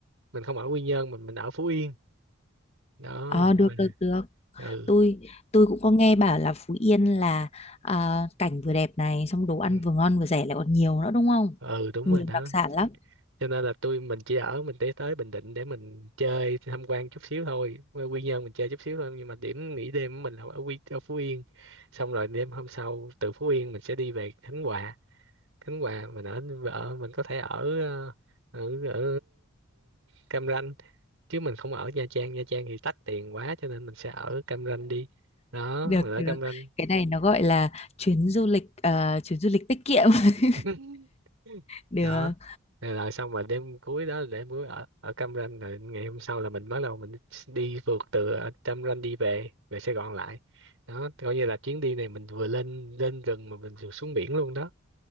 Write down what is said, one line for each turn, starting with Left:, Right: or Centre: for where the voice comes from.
Right: mình không ở Quy Nhơn mình mình ở Phú Yên đó
Left: Ờ, được,
Right: mình,
Left: được, được.
Right: ừ
Left: Tôi tôi cũng có nghe bảo là Phú Yên là ờ, cảnh vừa đẹp này, xong đồ ăn
Right: ừ
Left: vừa ngon vừa rẻ lại còn nhiều nữa đúng không?
Right: ừ, đúng
Left: Nhiều
Right: rồi đó
Left: đặc sản lắm.
Right: cho nên là tôi mình chỉ ở mình tới tới Bình Định để mình chơi tham quan chút xíu thôi Qua Quy Nhơn mình chơi chút xíu thôi nhưng mà điểm nghỉ đêm của mình là ở Quy ở Phú Yên xong rồi đêm hôm sau từ Phú Yên mình sẽ đi về Khánh Hòa Khánh Hòa mình ở ở mình có thể ở ờ, ở ở Cam Ranh chứ mình không ở Nha Trang Nha Trang thì tắc tiền quá cho nên mình sẽ ở Cam Ranh đi đó
Left: Được,
Right: mình ở
Left: được.
Right: Cam Ranh
Left: Cái này nó gọi là chuyến du lịch ờ, chuyến du lịch tiết kiệm. <laughs>
Right: <laughs>
Left: Được.
Right: đó rồi, rồi xong rồi đêm cuối đó là đêm cuối ở ở Cam Ranh rồi ngày hôm sau là mình bắt đầu mình đi phượt từ ở Cam Ranh đi về về Sài Gòn lại đó coi như là chuyến đi này mình vừa lên lên rừng mà mình vừa xuống biển luôn đó